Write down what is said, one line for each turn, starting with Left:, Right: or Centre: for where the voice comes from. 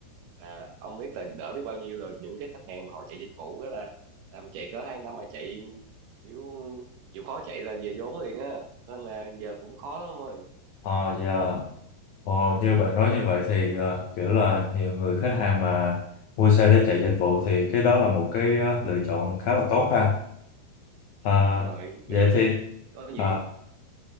Right: và ông biết là đỡ biết bao nhiêu rồi những cái khách hàng mà họ chạy dịch vụ đó là làm chạy cỡ hai năm mà chạy kiểu chịu khó chạy là về vốn liền á nên là giờ cũng khó lắm ông ơi
Left: Ờ, dạ. Ồ,
Right: ừ,
Left: như bạn nói như vậy thì ờ, kiểu là nhiều người khách hàng mà mua xe để chạy dịch vụ thì cái đó là một cái ờ, lựa chọn khá là tốt ha. À,
Right: đúng rồi
Left: vậy
Right: vì
Left: thì
Right: có nhiều
Left: à,